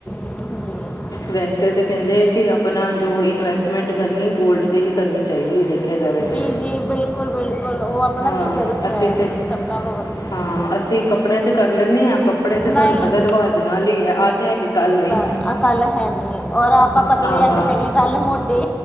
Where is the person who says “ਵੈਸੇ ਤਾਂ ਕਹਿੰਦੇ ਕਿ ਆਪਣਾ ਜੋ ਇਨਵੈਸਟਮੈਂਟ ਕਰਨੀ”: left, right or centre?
Left